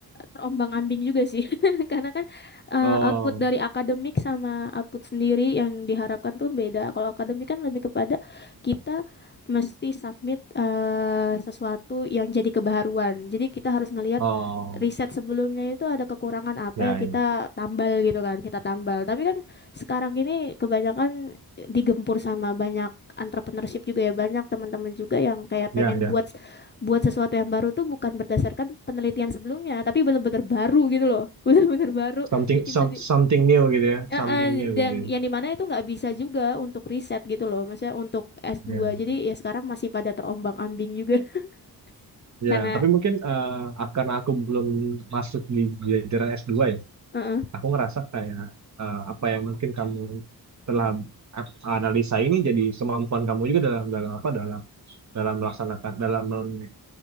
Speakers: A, on the left; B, on the right.
A: terombang-ambing juga sih. <laughs> Karena kan eh,
B: Oh,
A: output dari akademik sama output sendiri yang diharapkan tuh beda. Kalau akademik kan lebih kepada kita mesti submit eh, sesuatu yang jadi kebaharuan. Jadi kita harus ngelihat
B: oh,
A: riset sebelumnya itu ada kekurangan apa
B: ya,
A: ya kita
B: ya,
A: tambal gitu kan, kita tambal. Tapi kan sekarang ini kebanyakan digempur sama banyak entrepreneurship juga ya, banyak teman-teman juga yang kayak pengen
B: ya, ya.
A: buat buat sesuatu yang baru tuh bukan berdasarkan penelitian sebelumnya, tapi bener-bener baru gitu loh. <laughs> Bener-bener baru
B: Something
A: bikin
B: some-
A: sendiri.
B: something new gitu ya,
A: Eh,
B: something
A: eh,
B: new
A: yang
B: gitu.
A: yang dimana itu nggak bisa juga untuk riset gitu loh. Maksudnya untuk S2.
B: Ya,
A: Jadi ya sekarang masih pada terombang-ambing juga <laughs>
B: ya.
A: karena
B: Tapi mungkin eh, karena aku belum masuk di jajaran S2 ya.
A: heeh.
B: aku ngerasa kayak eh, apa yang mungkin kamu telah ap- analisa ini jadi kemampuan kamu juga dalam dalam apa dalam dalam melaksanakan dalam men-